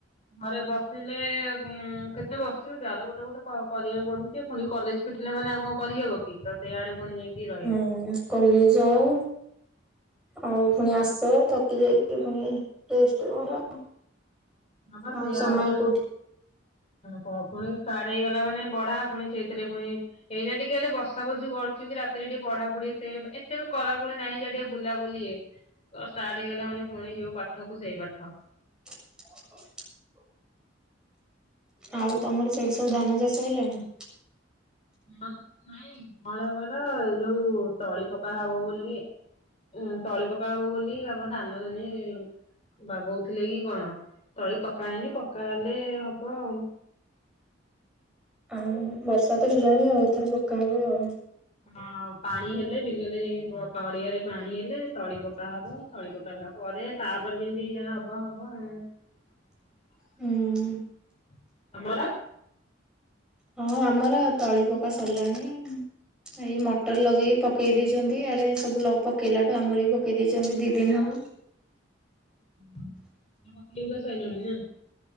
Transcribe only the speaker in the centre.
ହିଁ କଲେଜ ଯାଉ ଆଉ ପୁଣି ଆସ ଥକି ଯାଇକି ପୁଣି ଟେଷ୍ଟ କର।
ଆଉ
ସମୟ
କୋଉଠି
<unintelligible> ଆଉ ତମର ସେଇଠି ସବୁ ଧାନ ଚାଷ ହେଲାଣି।
ଆଉ ବର୍ଷା ତ ହେଲାଣି ଆଉ ଏଥର ପକା ହବ ଆଉ।
ହୁଁ
ହଁ ଆମର ତଳି ପକା ସରିଲାଣି ଏଇ ମଟର ଲଗେଇ ପକେଇ ଦେଇଛନ୍ତି, ଇଆଡେ ସବୁ ଲକ୍ ପକେଇଲାଠୁ ଆମର ବି ପକେଇ ଦେଇଛନ୍ତି ଦି ଦିନ ହବ।